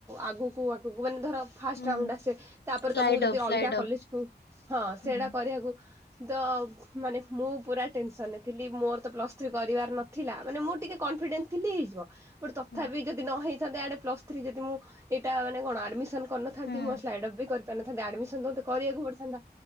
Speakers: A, on the right; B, on the left.
A: ଆଗକୁ ଆଗକୁ ମାନେ ଧର। ଫାଷ୍ଟ
B: ହୁଁ
A: <inaudible> ତାପରେ
B: ସ୍ଲାଇଡ
A: ତମକୁ ଯଦି
B: ଅପ୍ ସ୍ଲାଇଡ
A: ଅଲଗା କଲେଜକୁ
B: ଅପ୍
A: ହଁ ସେଟା
B: ହୁଁ
A: କରିବାକୁ। ଦ <unintelligible> ମାନେ ମୁଁ ପୁରା ଟେନସନ ଥିଲି ମୋର ତ ପ୍ଲସ ଥ୍ରୀ କରିବାର ନଥିଲା। ମାନେ ମୁଁ ଟିକେ କନଫିଡେନ୍ସ ଥିଲି ହେଇଯିବ। ଗୋଟେ ତଥାପି
B: ହୁଁ
A: ଯଦି ନ ହେଇ ଆଡେ ପ୍ଲସଥ୍ରୀ ଯଦି ମୁ ଏଇଟା ମାନେ କଣ ଆଡମିସନ କରିନଥାନ୍ତି
B: ହୁଁ
A: ମୋ ସ୍ଲାଇଡ୍ପ୍ ବି କରିାରିଥାନ୍ତି। ଆଡମିସନ ତ କରିବାକୁ ପଡିଥାନ୍ତା।